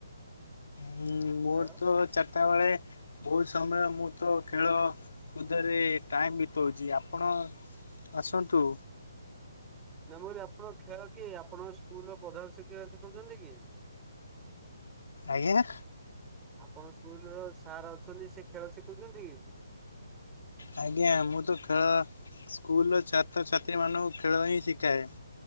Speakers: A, on the left (about 75°); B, on the right (about 15°).
A: ହୁଁ
B: ଯିବାର?
A: ମୋର ତ ଚାରିଟା ବେଳେ ବହୁତ ସମୟ ମୁଁ ତ ଖେଳ କୁଦରେ ଟାଇମ୍ ବିତଉଚି ଆପଣ ଆସନ୍ତୁ।
B: ନାଁ ମୁଁ କହିଲି ଆପଣ ଖେଳ କି ଆପଣଙ୍କ ସ୍କୁଲର ପ୍ରଧାନ ଶିକ୍ଷକ ଶିଖଉଛନ୍ତି କି?
A: ଆଜ୍ଞା
B: ଆପଣ ସ୍କୁଲର ସାର୍ ଅଛନ୍ତି ସେ ଖେଳ ଶିଖଉଛନ୍ତି କି?
A: ଆଜ୍ଞା ମୁଁ ତ ଖେଳ ସ୍କୁଲର ଛାତ୍ରଛାତ୍ରୀମାନଙ୍କୁ ଖେଳ ହିଁ ଶିକାଏ।